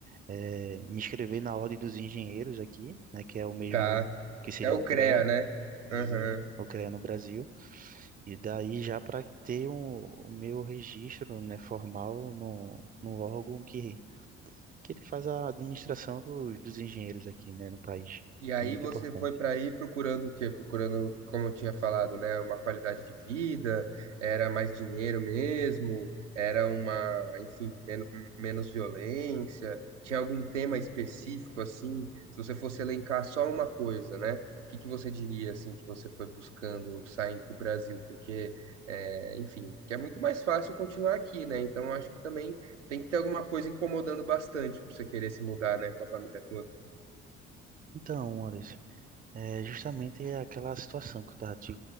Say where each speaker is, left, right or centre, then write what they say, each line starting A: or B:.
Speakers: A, on the right; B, on the right.
A: É, me inscrever na Ordem dos Engenheiros aqui, né, que é o mesmo
B: Tá.
A: que seria
B: É o
A: o CREA.
B: CREA, né?
A: e
B: Aham.
A: eu criei no Brasil. E daí já para ter o, o meu registro, né, formal no, no órgão que, que ele faz a administração dos, dos engenheiros aqui, né, no país.
B: E aí
A: É muito
B: você
A: importante.
B: foi para aí procurando o quê? Procurando, como eu tinha falado, né, uma qualidade de vida, era mais dinheiro mesmo, era uma, enfim, men menos violência. Tinha algum tema específico assim? Se você fosse elencar só uma coisa, né? O que que você diria assim que você foi buscando saindo do Brasil? Porque, é, enfim, que é muito mais fácil continuar aqui, né? Então eu acho que também tem que ter alguma coisa incomodando bastante para você querer se mudar, né, com a família toda.
A: Então, Anderson, é justamente aquela situação que eu estava te,